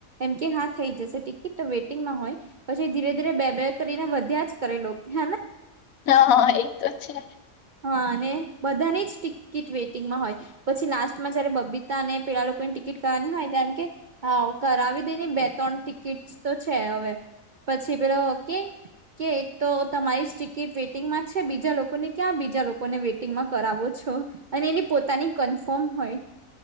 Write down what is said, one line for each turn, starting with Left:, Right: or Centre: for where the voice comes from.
Right: એમ કે હા થઈ જશે ટિકિટ તો વેઇટિંગમાં હોય પછી ધીરે ધીરે બે બે કરીને વધ્યા જ કરે લોક. <inaudible>
Left: હા હા એ તો છે.
Right: હા અને બધાની જ ટિકિટ વેઇટિંગમાં હોય પછી લાસ્ટમાં જયારે બબીતા અને પેલા લોકોની ટિકિટ કરવાની હોય ત કેમ કે હા કરાવી દે બે ત્રણ ટિકિટ તો છે હવે. પછી પેલો કે કે એક તો તમારી જ ટિકિટ વેટિંગમાં છે બીજા લોકો ને ક્યાં બીજા લોકો ને વેટિંગમાં કરાવો છો અને એની પોતાની કન્ફર્મ હોય.